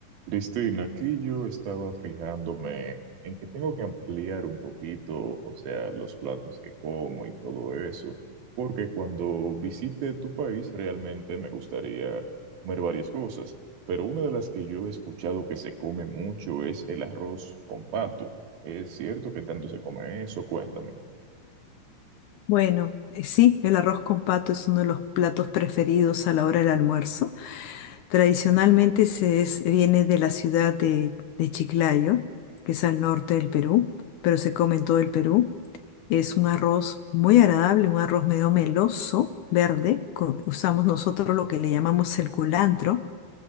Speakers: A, on the right (about 80°); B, on the left (about 75°).
A: Cristina, aquí yo estaba fijándome en que tengo que ampliar un poquito, o sea, los platos que como y todo eso, porque cuando visite tu país realmente me gustaría comer varias cosas, pero una de las que yo he escuchado que se come mucho es el arroz con pato. ¿Es cierto que tanto se come eso? Cuéntame.
B: Bueno, eh, sí, el arroz con pato es uno de los platos preferidos a la hora del almuerzo. Tradicionalmente se es- viene de la ciudad de, de Chiclayo, que es al norte del Perú, pero se come en todo el Perú. Es un arroz muy agradable, un arroz medio meloso, verde. co- usamos nosotros lo que le llamamos el culantro.